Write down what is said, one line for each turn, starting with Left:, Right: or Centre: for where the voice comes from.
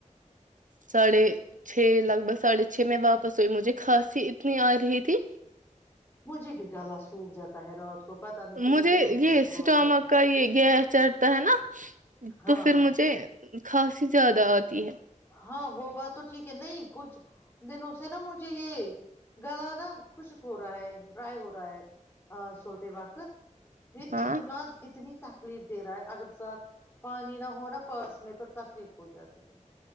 Right: ساھے چھ لگ بھگ ساھے چھ میں واپس سئی مجھے کھانسی اتنی آ رہی تھی
Left: مجھے بھی گال سوکھ جاتا ہے رات کو پتا نہیں کئی
Right: مجھے
Left: دنوں سے
Right: یہ اسٹامک
Left: پرابلم ہے
Right: کا یہ گیس چڑتا ہے نا
Left: ہاں
Right: تو پھر
Left: ہاں
Right: مجھے کھانسی زیادہ آتی ہے
Left: ہاں وہ بات تو ٹھیک ہے نہیں کچھ دنوں سے نا مجھے یہ گلا نا خشک ہو رہا ہے ڈرائی ہو رہا ہے سوتے واقت پھر
Right: ہاں
Left: اتنا اتنی تک تکلیف دے رہا ہے اگر ساتھ پانی نہ ہوناا پاس میں تو تکلیف ہو جاتی ہے